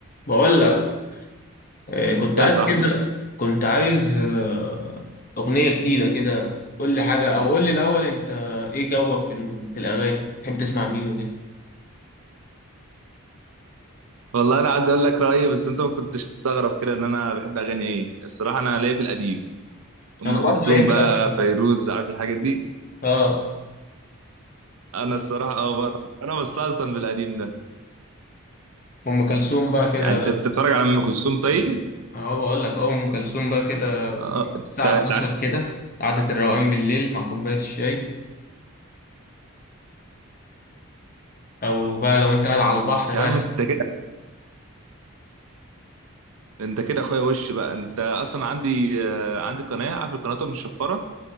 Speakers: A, on the left; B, on the right.
A: بقول لك آه، كنت
B: يا
A: عايز
B: صاحبي
A: كده كنت عايز آه، أغنية جديدة كده قول لي حاجة أو قول لي الأول أنت إيه جوك في الم- في الأغاني بتحب تسمع مين وكده
B: والله انا عايز اقول لك رايي بس انت ما كنتش تستغرب كده ان انا بحب اغاني ايه الصراحه انا ليا في القديم ام
A: أنا برضه
B: كلثوم
A: ليا في
B: بقى
A: القديم
B: فيروز عارف الحاجات دي
A: آه
B: انا الصراحه اه بقى انا بسلطن بالقديم ده
A: أم كلثوم بقى كده
B: يعني انت بتتفرج على ام كلثوم طيب
A: أنا هو بقول لك أهو أم كلثوم بقى كده
B: آه، انت
A: الساعة 12
B: أنت-
A: كده قعدة الروقان بالليل مع كوباية الشاي أو بقى لو أنت قاعد على البحر
B: يا
A: بقى
B: عم انت كده انت كده اخويا وش بقى انت اصلا عندي آه، عندي قناه عارف القنوات المشفره